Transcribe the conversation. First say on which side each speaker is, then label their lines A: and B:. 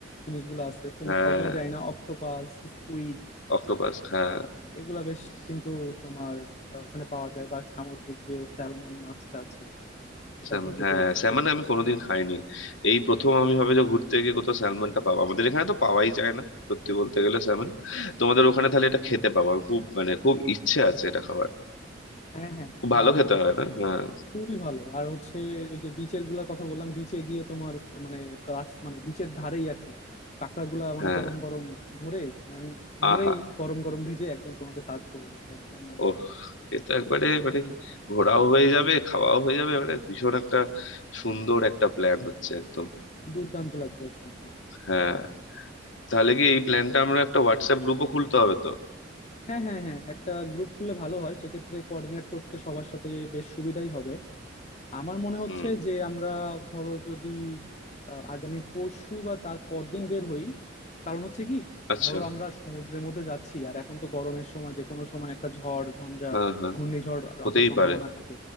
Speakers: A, on the left (about 35°); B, on the left (about 80°).
A: জিনিসগুলো আছে তুমি
B: হ্যাঁ
A: খাও কিনা জানি না অক্টোপাস স্কুইড
B: অক্টোপাস হ্যাঁ
A: এগুলা বেশ কিন্তু তোমার আহ, ওখানে পাওয়া যায় বা সামুদ্রিক যে স্যালমন মাছটা আছে এটাও
B: স্যালমন
A: কিন্তু
B: হ্যাঁ
A: বেশ
B: স্যালমন
A: ফেমাস
B: আমি কোনোদিন খাইনি এই প্রথম আমি ভাবে যে ঘুরতে গিয়ে কোথাও স্যালমনটা পাবো আমাদের এখানে তো পাওয়াই যায় না সত্যি বলতে গেলে স্যালমন তোমাদের ওখানে তাহলে এটা খেতে পাবো আমি খুব মানে খুব ইচ্ছে আছে এটা খাবার
A: হ্যাঁ হ্যাঁ
B: খুব ভালো
A: আর
B: খেতে হয় না হ্যাঁ
A: খুবই ভালো আর হচ্ছে ওই যে বিচের গুলার কথা বললাম বিচে গিয়ে তোমার মানে রাস মানে বিচের ধারেই আর কি কাঁকড়া গুলা মানে
B: হ্যাঁ
A: গরম গরম ধরে মানে ধরেই
B: আহা
A: গরম গরম ভেজে একদম তোমাকে সার্ভ করবে একদম মানে
B: ওহ এ তো একবারে মানে ঘোরাও হয়ে যাবে খাওয়াও হয়ে যাবে মানে ভীষণ একটা সুন্দর একটা প্ল্যান হচ্ছে একদম
A: দুর্দান্ত লাগবে একদম তোমার
B: হ্যাঁ তাহলে কি এই প্ল্যানটা আমরা একটা হোয়াটসঅ্যাপ গ্রুপও খুলতে হবে তো
A: হ্যাঁ হ্যাঁ হ্যাঁ একটা গ্রুপ খুললে ভালো হয় সেক্ষেত্রে কোঅর্ডিনেট করতে সবার সাথে বেশ সুবিধাই হবে আমার মনে হচ্ছে
B: হুম
A: যে আমরা ধরো যদি আহ, আগামী পরশু বা তার পরদিন বের হই কারণ হচ্ছে কি
B: আচ্ছা
A: ধরো আমরা সমুদ্রের মধ্যে যাচ্ছি আর এখন তো গরমের সময় যে কোনো সময় একটা ঝড় ঝঞ্ঝা
B: হ্যাঁ হ্যাঁ
A: ঘূর্ণিঝড়
B: হতেই
A: আসার সম্ভাবনা
B: পারে
A: থাকে